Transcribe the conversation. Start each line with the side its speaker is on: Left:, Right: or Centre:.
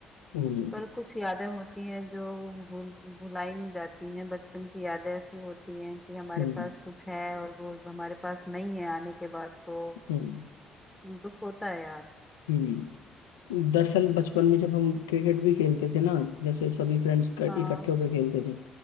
Left: हम्म
Centre: पर कुछ यादें होती हैं जो वो भूल भुलाई नहीं जाती हैं बचपन की यादें ऐसी होती हैं कि हमारे
Left: हम्म
Centre: पास कुछ है और वो हमारे पास नहीं है आने के बाद तो
Left: हम्म
Centre: दुख होता है यार
Left: हम्म। दरअसल बचपन में जब हम क्रिकेट भी खेलते थे ना जैसे सभी फ्रेंड्स
Centre: हाँ
Left: इकट्ठे होकर खेलते थे